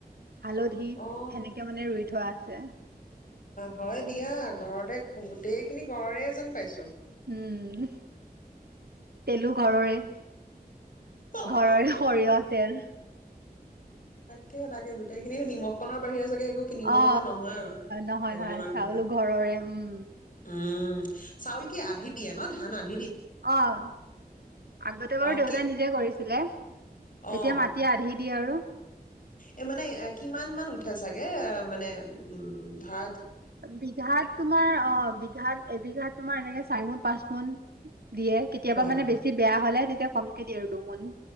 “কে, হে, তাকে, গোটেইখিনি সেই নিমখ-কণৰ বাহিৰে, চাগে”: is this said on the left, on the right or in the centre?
Left